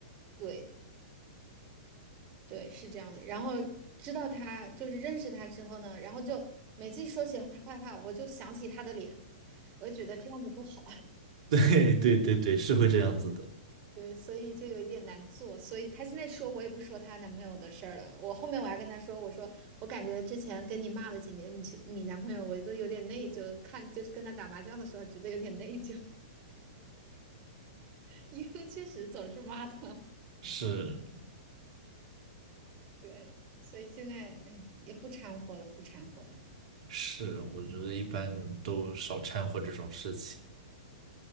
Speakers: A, on the right (about 35°); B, on the right (about 55°).
A: 对。对，是这样的。然后知道他就是认识他之后呢，然后就每次一说起他坏话，我就想起他的脸，我就觉得这样子不好，<laughs>
B: <laughs> 对对对对，是会这样子的。
A: 对，所以就有一点难做。所以她现在说我也不说她男朋友的事儿了。我后面我还跟她说，我说我感觉之前跟你骂了几年，你前你男朋友我都有点内疚，看就是跟他打麻将的时候觉得有点内疚，<laughs> 因为确实总是骂他。
B: 是
A: 对，所以现在哎也不掺和了，不掺和了。
B: 是，我觉得一般人都少掺和这种事情。